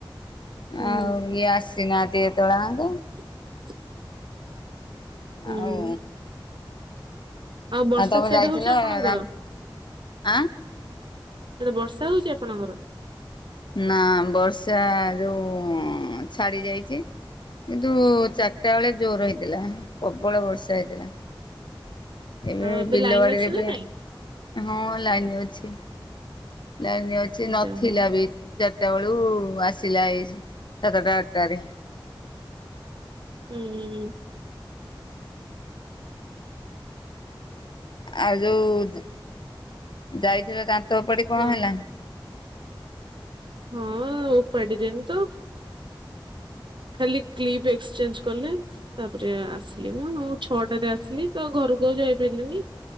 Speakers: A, on the right; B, on the left.
A: ହୁଁ
B: ଆଉ ଇଏ ଆସିନାହାନ୍ତି ଏତ ଳ ଆଙ୍କ
A: <inaudible> ହୁଁ।
B: ଆଉ
A: ଆଉ ବର୍ଷା
B: ଆ ତମେ
A: ସିଆଡେ
B: ଯାଇଥିଲ
A: ହଉଛି ଆପଣଙ୍କର?
B: <unintelligible> ଆଁ।
A: ସାଡେ ବର୍ଷା ହଉଛି ଆପଣଙ୍କର?
B: ନା ବର୍ଷା ଯୋଉ ଛାଡି ଯାଇଚି। କିନ୍ତୁ ଚାଟା ବେଳେ ଜୋର୍ ହେଇଥିଲା ପ୍ରବଳ ବର୍ଷା ହେଇଥିଲା। ଏବେ
A: ଆଉ
B: ବିଲବାଡିରେ
A: ଲାଇନ ଅଛି ନା
B: ବି
A: ନାଇଁ?
B: ହଁ ଲାଇନ ଅଛି ଲାଇନ ଅଛି ନଥିଲା
A: ଯାହା ହଉ
B: ବି। ଚାଟା ବେଳୁ ଆସିଲା ଏଇ ସାତଟା ଆଟଟାରେ।
A: ଉଁ।
B: ଆଉ ଯୋଉ ଯ ଯାଇଥିଲ ଦାନ୍ତ ଓପାଡି କଣ
A: ହଁ
B: ହେଲା?
A: ହଁ ଆଉ ଉପାଡିଲେନି ତ ଖାଲି କ୍ଲିପ ଏକ୍ସଚେଞ୍ଜ କଲେ। ତାପରେ ଆସିଲି ମୁଁ ଆଉ। ଛଅଟାରେ ଆସିଲି ତ ଘରକୁ ଆଉ ଯାଇ ପାରିଲିନି।